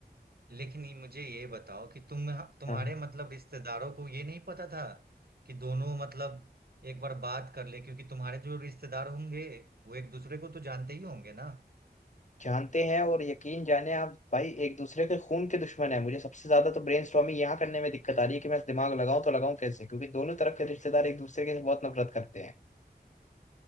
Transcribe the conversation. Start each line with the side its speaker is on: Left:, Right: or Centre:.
Right: लेकिन ये- मुझे ये बताओ कि तुम तुम्हारे
Left: हाँ
Right: मतलब रिश्तेदारों को ये नहीं पता था कि दोनों मतलब एक बार बात कर ले क्योंकि तुम्हारे जो रिश्तेदार होंगे वो एक दूसरे को तो जानते ही होंगे ना
Left: जानते हैं और यकीन जाने आप भाई एक दूसरे के खून के दुश्मन है मुझे सबसे ज्यादा तो ब्रेन स्टॉर्मिंग यहाँ करने में दिक्कत आ रही है कि मैं दिमाग लगाऊं तो लगाऊं कैसे क्योंकि दोनों तरफ के रिश्तेदार एक दूसरे के बहुत नफरत करते हैं